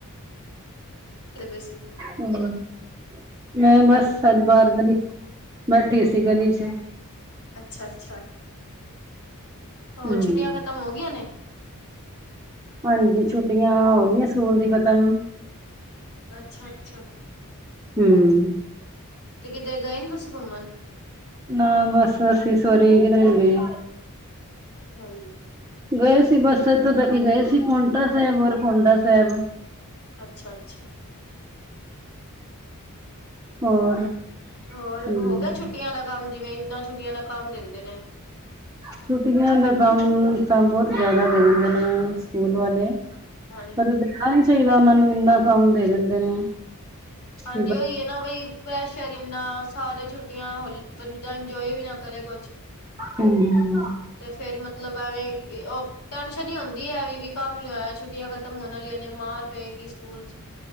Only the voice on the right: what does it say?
ਹੂੰ! ਮੈਂ ਬਸ ਅੱਜ ਬਾਹਰ ਗਲ਼ੀ ਬੈਠੀ ਸੀ ਗਲ਼ੀ 'ਚ।
ਹਮ
ਹਾਂਜੀ ਛੁੱਟੀਆਂ ਹੋ ਗਈਆਂ ਸਕੂਲ ਦੀ ਖ਼ਤਮ।
ਹਮ
ਨਾ ਬੱਸ ਬੱਸ ਅਸੀਂ ਇਸ ਵਾਰੀ ਕਿਧਰੇ ਨੀ ਗਏ।
ਗਏ ਸੀ ਬੱਸ ਇੱਥੋਂ ਤੱਕ ਗਏ ਸੀ ਪੌਟਾ ਸਾਹਿਬ ਔਰ ਪੌਡਾ ਸਾਹਿਬ।
ਹੋਰ।
ਹਮ
ਛੁੱਟੀਆਂ ਦਾ ਕੰਮ ਤਾਂ ਬਹੁਤ ਜ਼ਿਆਦਾ ਦੇ ਦਿੰਦੇ ਨੇ ਸਕੂਲ ਵਾਲੇ।
ਪਰ ਦੇਣਾ ਨੀ ਚਾਹੀਦਾ ਉਹਨਾ ਨੂੰ ਇੰਨਾ ਕੰਮ ਦੇ ਦਿੰਦੇ ਨੇ।
ਕਿ
ਹੂੰ,